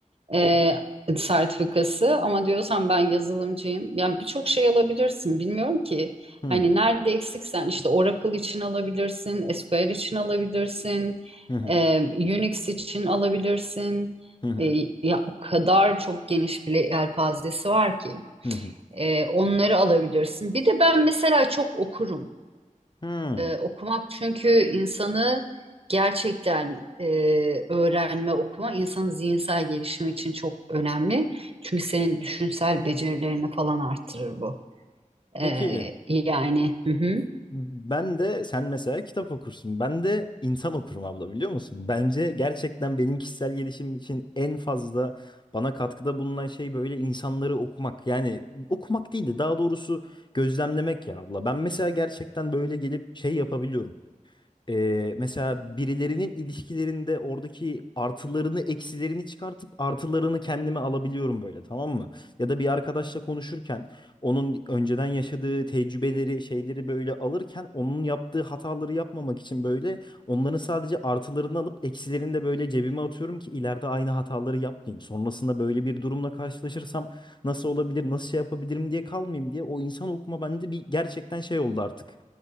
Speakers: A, on the right; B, on the left.
A: e, sertifikası ama diyorsan ben yazılımcıyım. Yani birçok şey alabilirsin. Bilmiyorum ki
B: Hmm,
A: hani nerede eksiksen işte Oracle için alabilirsin, SQL için alabilirsin,
B: Hı hı.
A: e, Unix için alabilirsin.
B: Hı hı.
A: E, ya o kadar çok geniş bir yelpazesi var ki.
B: Hı hı.
A: E, onları alabilirsin. Bir de ben mesela çok okurum.
B: Hı.
A: Ee, okumak çünkü insanı gerçekten e, öğrenme, okuma insanın zihinsel gelişimi için çok önemli. Çünkü senin düşünsel becerilerini falan arttırır bu.
B: Peki.
A: Ee, yani hı hı,
B: Ben de sen mesela kitap okursun. Ben de insan okurum abla biliyor musun? Bence gerçekten benim kişisel gelişim için en fazla bana katkıda bulunan şey böyle insanları okumak. Yani okumak değil de daha doğrusu gözlemlemek ya abla. Ben mesela gerçekten böyle gelip şey yapabiliyorum. Ee, mesela birilerinin ilişkilerinde oradaki artılarını eksilerini çıkartıp artılarını kendime alabiliyorum böyle tamam mı? Ya da bir arkadaşla konuşurken onun önceden yaşadığı tecrübeleri şeyleri böyle alırken onun yaptığı hataları yapmamak için böyle onların sadece artılarını alıp eksilerini de böyle cebime atıyorum ki ileride aynı hataları yapmayayım. Sonrasında böyle bir durumla karşılaşırsam nasıl olabilir nasıl şey yapabilirim diye kalmayayım diye o insan okuma bende bir gerçekten şey oldu artık.